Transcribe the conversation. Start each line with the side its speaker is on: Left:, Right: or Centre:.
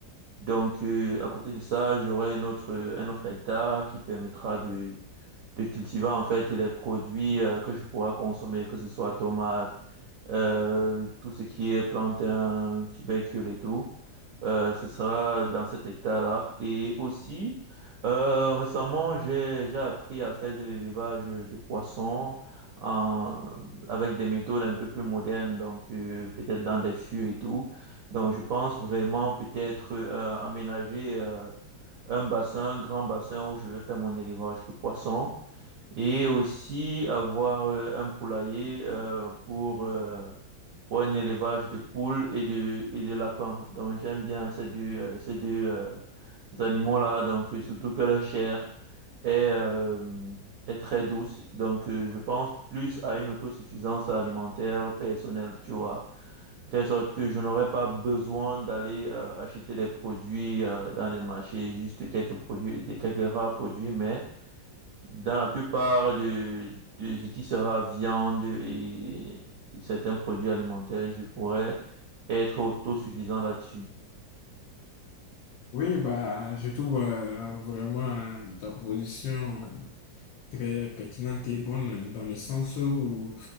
Right: Donc, euh, à côté de ça, j'aurai un autre, un autre hectare qui permettra de, de cultiver en fait les produits euh, que je pourrais consommer, que ce soit tomates, euh, tout ce qui est plantain, tubercule et tout. Euh, ce sera dans cet hectare-là. Et aussi, euh, récemment, j'ai, j'ai appris à faire de l'élevage de poissons en, avec des méthodes un peu plus modernes, donc euh, peut-être dans des fûts et tout. Donc, je pense vraiment peut-être euh, aménager euh, un bassin, un grand bassin où je vais faire mon élevage de poissons et aussi avoir euh, un poulailler euh, pour, euh, pour un élevage de poules et de, et de lapins. Donc j'aime bien ces deux, euh, ces deux euh, animaux-là, donc euh, surtout que la chair est, euh, est très douce. Donc euh, je pense plus à une autosuffisance alimentaire personnelle, tu vois. De sorte que je n'aurais pas besoin d'aller euh, acheter des produits euh, dans les marchés, juste quelques produits, des quelques rares produits, mais dans la plupart de, de ce qui sera viande et, et certains produits alimentaires, je pourrais être autosuffisant là-dessus.
Left: Oui, bah, je trouve euh, vraiment euh, ta position. très pertinente et bonne dans le sens où